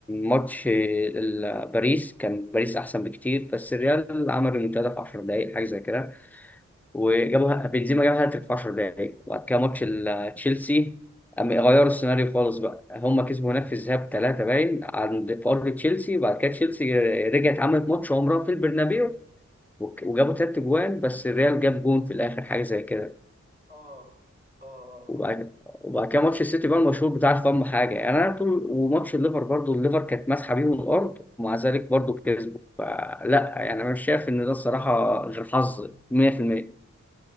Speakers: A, in the centre; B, on the right.
A: ماتش ال- باريس كان باريس احسن بكتير بس الريال عمل ريمونتادا في 10 دقايق حاجة زي كده وجابها بنزيما جاب هاتريك في 10 دقايق وبعد كده ماتش ال- تشيلسي قام غيروا السيناريو خالص بقى هم كسبوا هناك في الذهاب ثلاثة باين عند في أرض تشيلسي وبعد كده تشيلسي رجعت عملت ماتش عمرها في البرنابيو وك- وجابوا تلات أجوان بس الريال جاب جون في الآخر حاجة زي كده
B: اه اه اه آه.
A: وبعد وبعد كده ماتش السيتي بقى المشهور بتاع فم حاجة يعني أنا طول وماتش الليفر برضو الليفر كانت ماسحة بيهم الأرض ومع ذلك برضو كسبوا فلا يعني أنا مش شايف إن ده الصراحة غير حظ 100%